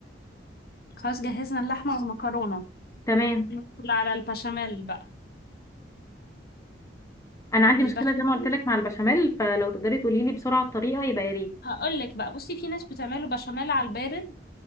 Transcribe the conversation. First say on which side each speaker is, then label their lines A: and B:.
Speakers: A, on the left; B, on the left.
A: خلاص جهزنا اللحمة والمكرونة
B: تمام
A: ندخل على البشاميل بقى
B: انا عندي
A: البشاميل
B: مشكلة زي ما قلت لك مع البشاميل فلو تقدري تقولي لي بسرعة الطريقة يبقى يا ريت
A: هقول لك بقى بصي في ناس بتعمله بشاميل على البارد